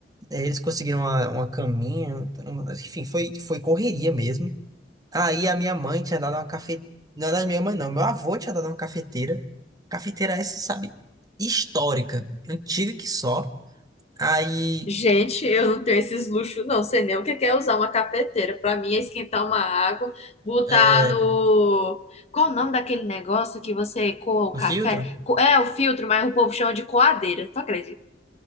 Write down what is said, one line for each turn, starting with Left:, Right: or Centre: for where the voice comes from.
Right: Eh, Eles conseguiram uma, uma caminha. um- Enfim, foi, foi correria mesmo. Aí a minha mãe tinha dado uma cafeteira. Não, não, é minha mãe não. Meu avô tinha dado uma cafeteira. Cafeteira essa, sabe? Histórica. Antiga que só. Aí.
Left: Gente, eu não tenho esses luxos, não. Sei nem o que que é usar uma cafeteira. Pra mim é esquentar uma água, botar
Right: É,
Left: no. Qual o nome daquele negócio que você coa o
Right: um
Left: café?
Right: filtro?
Left: Co- É o filtro, mas o povo chama de coadeira. Tu acredita?